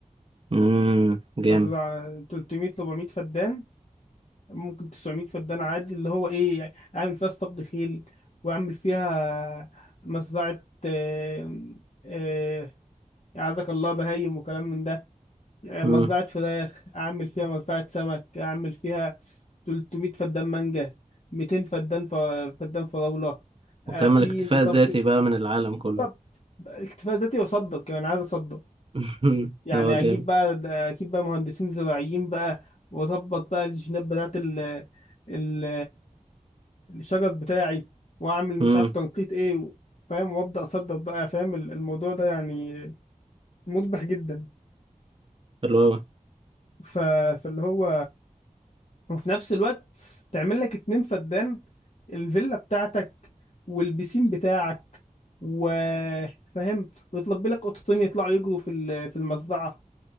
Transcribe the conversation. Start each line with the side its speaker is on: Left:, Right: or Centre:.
Right: امم جامد
Left: مصدعة 300 400 فدان ممكن 900 فدان عادي اللي هو ايه يعني اعمل فيها اسطبل خيل واعمل فيها مصدعة آه، آه، اعزك الله بهايم وكلام من ده آه،
Right: امم
Left: مصدعة فراخ اعمل فيها مصدعة سمك اعمل فيها 300 فدان مانجا 200 فدان ف- فدان فراولة آه،
Right: وتعمل
Left: في
Right: اكتفاء
Left: نظام
Right: ذاتي
Left: كده
Right: بقى من العالم كله
Left: بالظبط اكتفاء ذاتي واصدر كمان عايز اصدر
Right: <laughs>
Left: يعني
Right: اه جامد
Left: اجيب بقى اجيب بقى مهندسين زراعيين بقى واظبط بقى الجينات بتاعت ال ال الشجر بتاعي واعمل مش
Right: امم
Left: عارف تنقيط ايه و- فاهم وابدا اصدر بقى فاهم ال- الموضوع ده يعني مربح جدا
Right: حلو اوي
Left: ف... فاللي هو وفي نفس الوقت تعمل لك اتنين فدان الفيلا بتاعتك والبيسين بتاعك و فاهم ويطلب لك قطتين يطلعوا يجروا في ال- في المزرعة